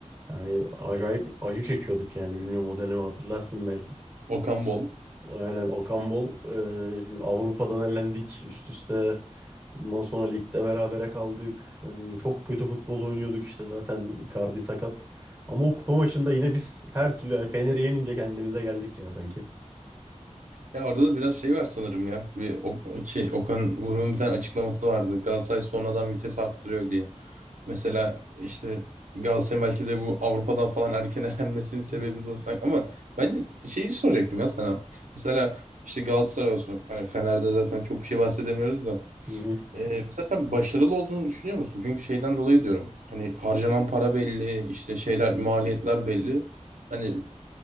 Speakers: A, on the right (about 20°); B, on the right (about 85°).
A: Yani acayip acı çekiyorduk yani. Bilmiyorum o dönemi hatırlarsın belki.
B: Okan Bol.
A: Aynen Okan Bol e, Avrupa'dan elendik üst üste. Bundan sonra ligde berabere kaldık. Yani çok kötü futbol oynuyorduk işte zaten Icardi sakat. Ama o kupa maçında yine biz her türlü hani Fener'i yenince kendimize geldik ya sanki.
B: Ya orada da biraz şey var sanırım ya. Bir o- şey Okan Buruk'un bir tane açıklaması vardı. Galatasaray sonradan vites arttırıyor diye. Mesela işte Galatasaray belki de bu Avrupa'dan falan erken <laughs> elenmesinin sebebi
A: Hı hı,
B: de o sanki. Ama ben şeyi soracaktım ya sana. Mesela işte Galatasaray olsun. Hani Fener'de zaten çok bir şey bahsedemiyoruz da.
A: hı hı,
B: Ee, mesela sen başarılı olduğunu düşünüyor musun? Çünkü şeyden dolayı diyorum. Hani harcanan para belli, işte şeyler,
A: hı hı.
B: maliyetler belli. Hani